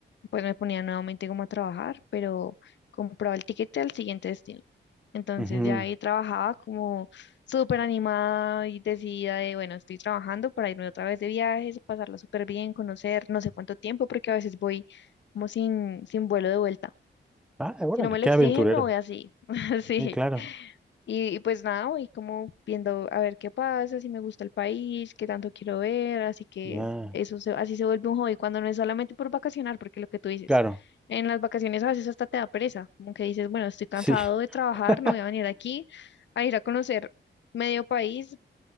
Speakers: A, on the left; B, in the centre.
A: pues me ponía nuevamente como a trabajar, pero compraba el tiquete al siguiente destino. Entonces
B: Ujú.
A: ya ahí trabajaba como súper animada y decidida de, bueno, estoy trabajando para irme otra vez de viajes, pasarlo súper bien, conocer no sé cuánto tiempo, porque a veces voy como sin, sin vuelo de vuelta.
B: Ah, órale,
A: Si no me
B: qué
A: lo exigen,
B: aventurero.
A: me voy así, <laughs> así.
B: Sí, claro.
A: Y, y pues nada, voy como viendo a ver qué pasa, si me gusta el país, qué tanto quiero ver, así que
B: Ya,
A: eso se- así se vuelve un hobby cuando no es solamente por vacacionar, porque lo que tú dices,
B: claro.
A: en las vacaciones a veces hasta te da pereza, como que dices, bueno, estoy cansado
B: Sí.
A: de trabajar,
B: <laughs>
A: no voy a venir aquí a ir a conocer medio país